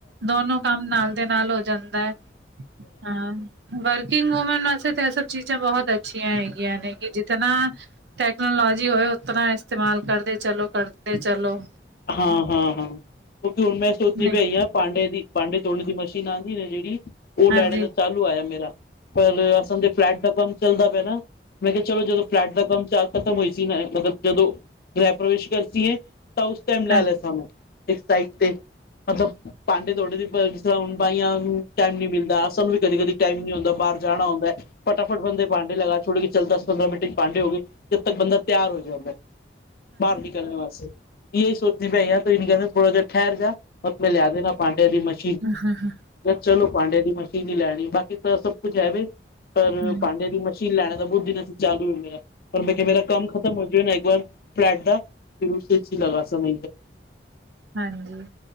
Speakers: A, on the right; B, on the left.
A: ਦੋਨੋ ਕੰਮ ਨਾਲ ਦੇ ਨਾਲ ਹੋ ਜਾਂਦਾ ਹੈ। ਹਾਂ ਵਰਗ ਕਿੰਗ ਵੂਮੈਨ ਵਾਸਤੇ ਤਾਂ ਇਹ ਸਭ ਚੀਜ਼ਾਂ ਬਹੁਤ ਅੱਛੀਆਂ ਹੈਗੀੀਆਂ ਨੇ ਕਿ ਜਿਤਨਾ ਟੈਕਨੋਲੋਜੀ ਹੋਏ ਉਤਨਾ ਇਸਤੇਮਾਲ ਕਰਦੇ ਚਲੋ, ਕਰਦੇ ਚਲੋ
B: ਹਾਂ, ਹਾਂ, ਹਾਂ ਕਿਉਂਕਿ ਹੁਣ ਮੈਂ ਸੋਚਣੀ
A: ਨਹੀਂ
B: ਪਈ ਹਾਂ ਪਾਂਡੇ ਦੀ ਭਾਂਡੇ ਧੋਣ ਦੀ ਮਸ਼ੀਨ ਆਉਂਦੀ ਨੇ ਜਿਹੜੀ ਉਹ
A: ਹਾਂਜੀ
B: ਲੈਣੇ ਦਾ ਚਾਲੂ ਆਇਆ ਮੇਰਾ ਪਰ ਅਸਾਂ ਦੇ ਫਲੈਟ ਦਾ ਕੰਮ ਚੱਲਦਾ ਪਿਆ ਨਾ ਮੈਂ ਕਿਹਾ ਚਲੋ ਜਦੋਂ ਫਲੈਟ ਦਾ ਕੰਮ ਚ ਖਤਮ ਹੋਈ ਸੀ ਨਾ ਮਤਲਬ ਜਦੋਂ ਗ੍ਰਹਿ ਪ੍ਰਵੇਸ਼ ਕਰ ਸੀ ਇਹ ਉਸ ਟਾਈਮ ਲੈ
A: ਹਾਂਜੀ
B: ਲੈੈਂ ਸਨ ਇੱਕ ਸਾਈਡ ਤੇ ਮਤਲਬ ਭਾਂਡੇ ਥੋੜੇ ਦਿਨ ਹੁਣ ਬਾਈਆਂ ਨੂੰ ਟਾਈਮ ਨੀ ਮਿਲਦਾ ਸਾਨੂੰ ਵੀ ਕਦੀ ਕਦੇ ਟਾਈਮ ਨੀ ਹੁੰਦਾ ਬਾਹਰ ਜਾਣਾ ਹੁੰਦੈ। ਫਟਾਫਟ ਬੰਦੇ ਭਾਂਡੇ ਲਗਾ ਛੋੜੇ ਚੱਲ ਦਸ ਪੰਦਰਾਂ ਮਿੰਟ ਚ ਪਾਂਡੇ ਹੋ ਗਏ ਜਦ ਤੱਕ ਬੰਦਾ ਤਿਆਰ ਹੋ ਜਾਂਦੈ। ਬਾਹਰ ਨਿਕਲਣ ਵਾਸਤੇ ਇਹੀ ਸੋਚਣੀ ਪਈ ਆ ਕਹਦੇ ਥੋੜਾ ਜਿਹਾ ਠਹਿਰ ਜਾ ਆਪੇ ਲਿਆ ਦੇਣਾ ਭਾਂਡਿਆ ਦੀ ਮਸ਼
A: ਹੂੰ, ਹੂੰ, ਹੂੰ।
B: ਚਲੋ ਭਾਂਡੇ ਦੀ ਮਸ਼ੀਨ ਹੀ ਲੈਣੀ ਬਾਕੀ ਤਾਂ ਸਭ ਕੁੱਝ ਹੈਵੇ ਪਰ
A: ਹਾਂਜੀ
B: ਭਾਂਡੇ ਦੀ ਮਛੀ ਚ ਲੈਣਾ ਤਾਂ ਬਹੁਤ ਦਿਨ ਅਸੀਂ ਚਾਲੂ ਏ ਮੇਰਾ ਪਰ ਮੈਂ ਕਿਆ ਮੇਰਾ ਕੰਮ ਖਤਮ ਹੋ ਨਾ ਇੱਕ ਵਾਰ ਫਲੈਟ ਦਾ ਫਿਰ ਉਸ <unintelligible> ਲਗਾ ਸਮ
A: ਹਾਂਜੀ